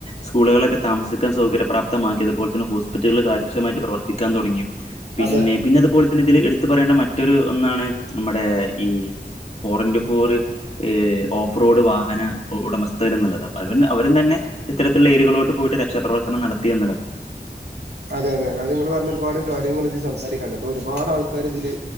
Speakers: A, on the left; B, on the right.
A: സ്കൂളുകളൊക്കെ താമസിക്കാൻ സൗകര്യ പ്രാപ്മാക്കിയതുപോലെ തന്നെ ഹോസ്പിറ്റലുകൾ കാര്യക്ഷമായിട്ട് പ്രവർത്തിക്കാൻ തൊടങ്ങി പിന്നെ
B: അതെ
A: പിന്നെ അതുപോലെ തന്നെ ഇതിൽ എടുത്ത പറയേണ്ട മറ്റൊരു ഒന്നാണ് നമ്മടെ ഈ ഫോറന്റു ഫോറ് ഓഫ് റോഡ് വാഹന ഉടമസ്ഥകര്ന്ന്ള്ളത് അപ്പ അവ അവരും തന്നെ ഇത്തരത്തിലുള്ള ഏരിയകളോട്ട് പോയിട്ട് രക്ഷാപ്രവർത്തനം നടത്തിയെന്ന്ള്ളതാണ്
B: അതെ അതെ അത് ഇങ്ങൾ പറഞ്ഞ ഒരുപാട് കാര്യങ്ങൾ ഇതീ സംസാരിക്കാണ്ണ്ട് അപ്പൊ ഒരുപാട് ആൾക്കാര് ഇതില്